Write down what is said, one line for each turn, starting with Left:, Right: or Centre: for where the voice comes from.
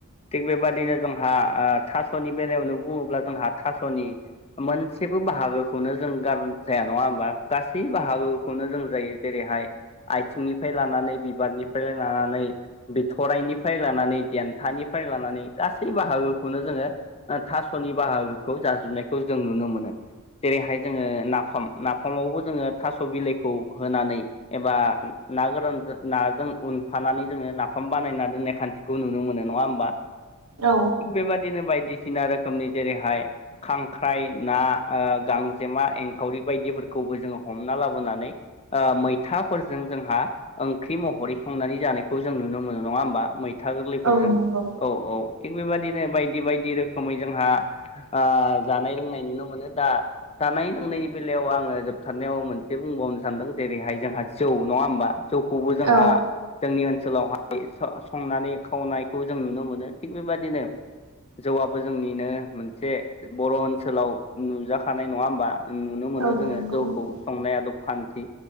Left: थिग बेबादिनो जोंहा थासनि बेलायावनो बुङोब्ला जोंहा थासनि मोनसेबो बाहागोखौनो जों गार जाया नङा होमबा गासै बाहागोखौनो जों जायो जेरै हाय आथिंनिफ्राय लानानै बिबारनिफ्राय लानानै बिथराइनिफ्राय लानानै देन्थानिफ्राय फ्राय लानानै गासै बाहागोखौनो जोङो थासनि बाहागोखौ जाजोबनायखौ जों नुनो मोनो जेरैहाय जोङो नाफाम नाफामावबो जोङो थास बिलाइखौ होनानै एबा ना गोरानजों नाजों उनफानानै जोङो नाफाम बानायना दोननाय खान्थिखौ नुनो मोनो नङा होमबा थिग
Right: औ
Left: बेबारदिनो बायदि सिना रोखोमनि जेरैहाय खांख्राइ ना गांजेमा एंखावरि बायदिफोरखौ खौबो जोङो हमना लाबोनानै मैथाफोरजों जोंहा ओंख्रि महरै संनानै जानाय यखौ जों नुनो मोनो नङा होमबा मैथा गोरलैफोरजों
Right: औ नंगौ
Left: औ औ थिग बेबायदिनो बायदि बायदि रोखोमै जोंहा ओ जानाय लोंनाय नुनो मोनो दा जानाय लोंनायनि बेलायाव आङो जोबथारनायाव मोनसे बुंबावनो सानदों जेरैहाय जोंहा जौ नङा होमबा? जौखौबो जोंहा
Right: औ
Left: जोंनि ओनसोलावहाय संनानै खावनाय खौ जों नुनो मोनो थिग बेबादिनो जौआबो जोंनिनो मोनसे बर' ओनसोलाव नुजाखानाय नङा होमबा नुनो मोनो
Right: औ
Left: जोङो
Right: नंगौ
Left: जौखौ
Right: नोंथां
Left: संनाय आदब खान्थि